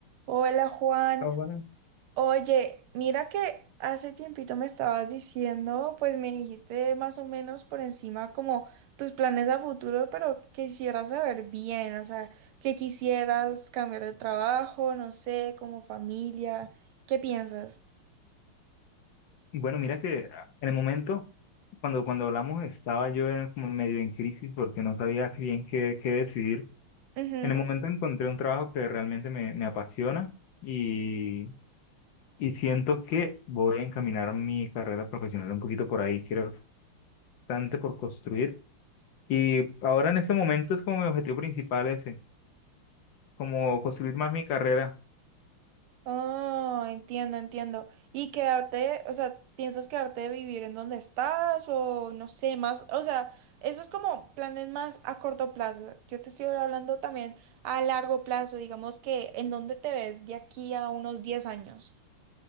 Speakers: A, on the right (about 80°); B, on the left (about 65°).
A: Hola Juan,
B: Ah, bueno.
A: oye, mira que hace tiempito me estabas diciendo, pues me dijiste más o menos por encima como tus planes a futuro, pero quisiera saber bien, o sea, que quisieras cambiar de trabajo, no sé, como familia, ¿qué piensas?
B: Bueno, mira que ah, en el momento, cuando, cuando hablamos, estaba yo en, como medio en crisis porque no sabía qué bien qué, qué decidir.
A: Ujú.
B: En el momento encontré un trabajo que realmente me, me apasiona y, y siento que voy a encaminar mi carrera profesional un poquito por ahí. Creo que bastante por construir. Y ahora en este momento es como mi objetivo principal ese, como construir más mi carrera.
A: Oh, entiendo, entiendo. ¿Y quedarte, o sea, piensas quedarte de vivir en donde estás o no sé, más, o sea, eso es como planes más a corto plazo. Yo te estoy hablando también a largo plazo, digamos que en dónde te ves de aquí a unos diez años.